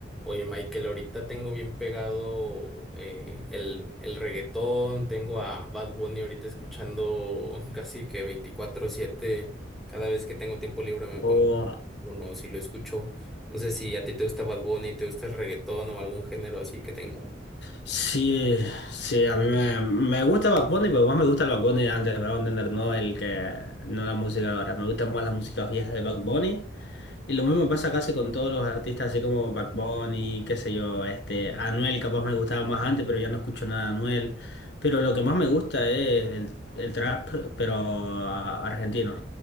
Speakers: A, in the centre; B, on the left.
A: Oye, Michael, ahorita tengo bien pegado eh, el, el reggaetón, tengo a Bad Bunny ahorita escuchando <laughs> casi que 24/7, cada vez que tengo tiempo libre me pongo
B: Oh,
A: uno, si lo escucho, no sé si a ti te gusta Bad Bunny, te gusta el reggaetón o algún género así que te encante.
B: sí, sí, a mí me, me gusta Bad Bunny, pero más me gusta el Bad Bunny de antes, me voy a entender, no el que, no la música ahora, me gusta más la música vieja de Bad Bunny Y lo mismo pasa casi con todos los artistas, así como Bad Bunny, qué sé yo, este, Anuel capaz me gustaba más antes, pero ya no escucho nada de Anuel. Pero lo que más me gusta es el, el trap, pero ah, argentino.